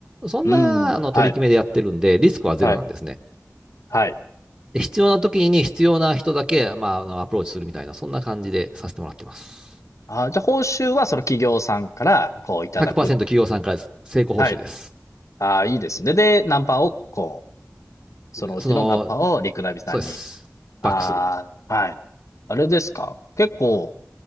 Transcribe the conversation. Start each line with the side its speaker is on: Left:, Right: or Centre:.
Right: そんなあの取り決めでやってるんで、
Left: うん、はい、
Right: リスクはゼロなんですね。
Left: はい、はい。
Right: で必要な時に必要な人だけ、まあ、あのアプローチするみたいな、そんな感じでさせてもらってます。
Left: あ、じゃあ報酬はその企業さんから、こう、いただく。
Right: 100%企業さんからです。成功報酬です。
Left: はい。ああ、いいですね。で、ナンパをこう、そのうちのナンパをリクナビさんに。
Right: その、そうです。
Left: ああ、
Right: バックする。
Left: はい。あれですか結構、